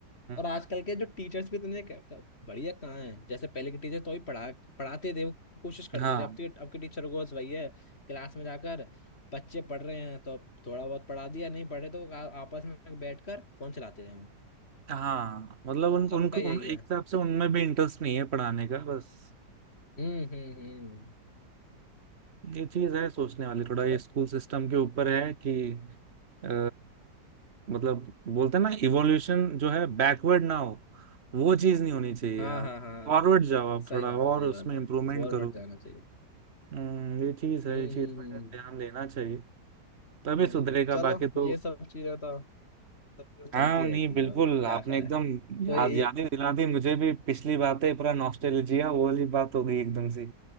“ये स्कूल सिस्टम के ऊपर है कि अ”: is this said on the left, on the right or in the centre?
Right